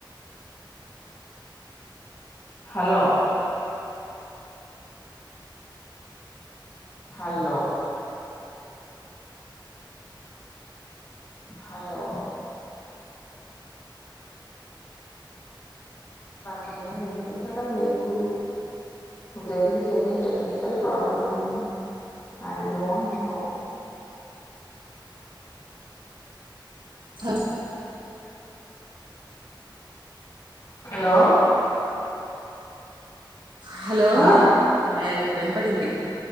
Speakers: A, on the left; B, on the right.
A: hello, hello, hello, నాకేమి వినిపించడం లేదు. There is any technical problem I don't know,
B: hello
A: hello,
B: hello
A: ఆ
B: అమ్మయా ఇప్పుడు ఇనపడింది